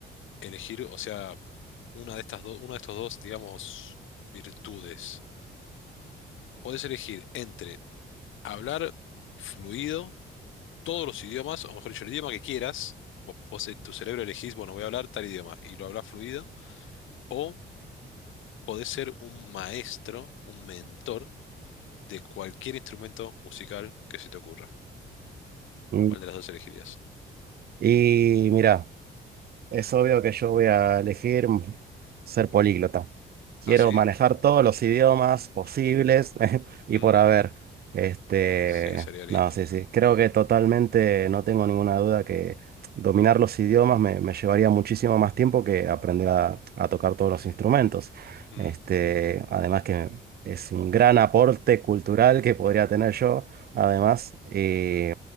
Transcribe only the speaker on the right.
Mm.
Y mira. Es obvio que yo voy a elegir ser políglota. Quiero
manejar todos los idiomas posibles <laughs> y
por haber. Este,
no, sí, sí. Creo que totalmente no tengo ninguna duda que dominar los idiomas me, me llevaría muchísimo más tiempo que aprender a, a tocar todos los instrumentos.
Este, además que es un gran aporte cultural que podría tener yo, además. Y